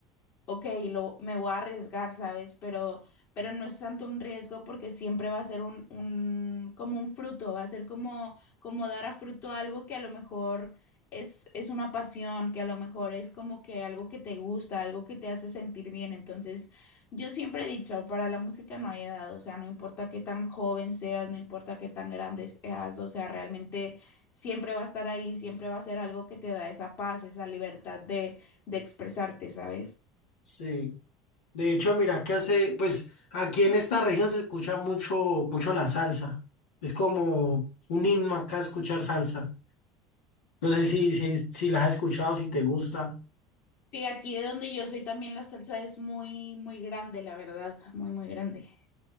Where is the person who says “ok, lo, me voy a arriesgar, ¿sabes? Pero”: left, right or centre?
Left